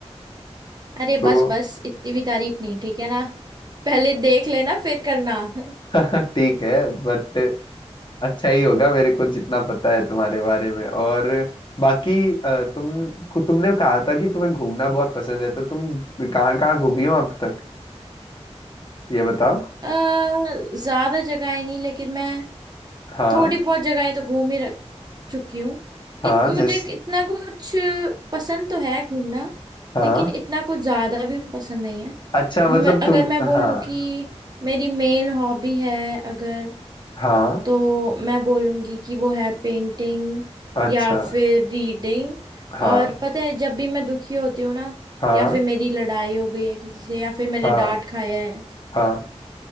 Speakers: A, on the right; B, on the left.
A: <laughs> अरे
B: तो
A: बस बस इतनी भी तारीफ नहीं ठीक है ना पहले देख लेना फिर करना <laughs>
B: <laughs> ठीक है बट अच्छा ही होगा मेरे को जितना पता है तुम्हारे बारे में और बाकी अ, तुम खु- तुमने कहा था कि तुम्हें घूमना बहुत पसंद है तो तुम कहाँ कहाँ घूमी हो अब तक ये बताओ
A: आ, ज्यादा जगह नहीं लेकिन मैं
B: हाँ
A: थोड़ी बहुत जगह तो घूम ही रख चुकी हूँ
B: हाँ
A: इत, मुझे
B: जैसे
A: इतना कुछ पसंद तो है घूमना
B: हाँ
A: लेकिन इतना कुछ ज्यादा भी पसंद नहीं है
B: अच्छा
A: मैं,
B: मतलब
A: अगर
B: तुम
A: मैं बोलूँ
B: हाँ
A: कि मेरी मेन हॉबी है अगर
B: हाँ
A: तो मैं बोलूंगी कि वो है पेंटिंग
B: अच्छा
A: या फिर रीडिंग
B: हाँ
A: और पता है जब भी मैं दुखी होती हूँ ना
B: हाँ
A: या फिर मेरी लड़ाई हो गई है किसी से या फिर मैंने
B: हाँ
A: डांट खाया है
B: हाँ